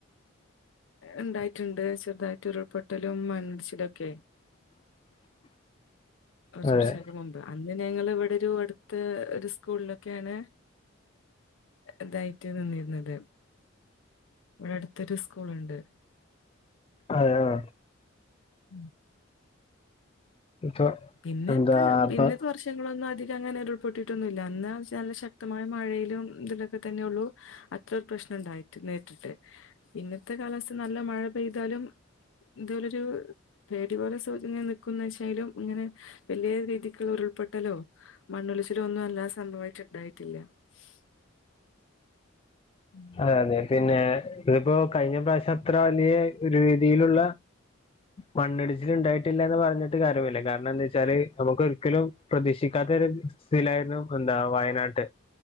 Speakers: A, on the left (about 70°); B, on the left (about 30°).
A: ഉണ്ടായിട്ടുണ്ട് ചെറുതായിട്ട് ഉരുൾപൊട്ടലും മണ്ണടിച്ചിലൊക്കെ.
B: <inaudible>
A: കുറച്
B: അതെ
A: വർഷങ്ങൾക്ക് മുമ്പ് അന്ന് ഞങ്ങൾ ഇവിടെ ഒരു അടു ഇ ഒരു സ്കൂളിലൊക്കെയാണ്. ഇതായിട്ട് നിന്നിരുന്നത്. ഇവിടെ അടുത്തൊരു സ്കൂൾുണ്ട്.
B: ആ ആ
A: ഉം
B: ഇപ്പൊ
A: പിന്നകൊ
B: എന്താ അപ്പൊ
A: പിന്നത്തെ വർഷങ്ങളൊന്നും അധി അങ്ങനെ ഉരുൾപ്പെൊട്ടിട്ടൊന്നുമല്ല. എന്നാ നല്ല ശക്തമായ മഴയിലും ഇതിലൊക്കെ തന്നെ ഉള്ളൂ അത്ര പ്രശ്ന ഉണ്ടായിട്ട് നേരിട്ട് ഇന്നത്തെ കാലത്ത് നല്ല മഴ പെയ്താലും. എന്തോലൊരു പേടിപൊലെ സൗചന്യം നികുന്ന്ചേലും ഇങ്ങനെ.. വെല്ല്യരീതിക്ക്‌ള് ഉരുൾപെട്ടലോ. മണ്ണൊലിച്ചിലോ. ഒന്നും അല്ലാ സംഭവായിട്ട്ണ്ടായിട്ടില്ല. ശ് ഉം
B: അതെ. അതെ പിന്നെ ഇതിപ്പോ കഴിഞ്ഞ പ്രാവശ്യ അത്ര. വല്ല്യേ രീതിയിലുള്ള മണ്ണിടിച്ചിൽ ണ്ടായിട്ടില്ലാന്ന് പറഞ്ഞിട്ട് കാര്യമുല്ല. കാരണംന്തേച്ചാല് നമക്ക് ഒരിക്കലും പ്രതീക്ഷിക്കാത്ത <unintelligible> എന്താ വയനാട്ട്